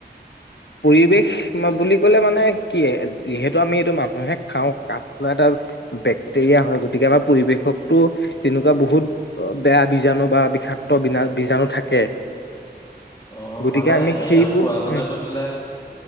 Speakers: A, on the left; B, on the left.
A: পৰিৱেশ বুলি কলে মানে কি যিহেতু আমি এইটো মানুহে খাওঁ কাঠ ধৰা এটা বেক্টেৰিয়া হয় গতিকে আমাৰ পৰিৱেশকতো তেনেকুৱা বহুত বেয়া বীজাণু বা বিষাক্ত বিনা বীজাণু থাকে
B: অ
A: গতিকে
B: মানে
A: আমি
B: এই
A: সেইবোৰ
B: আখোৰা জনে
A: উম
B: কৈছিলে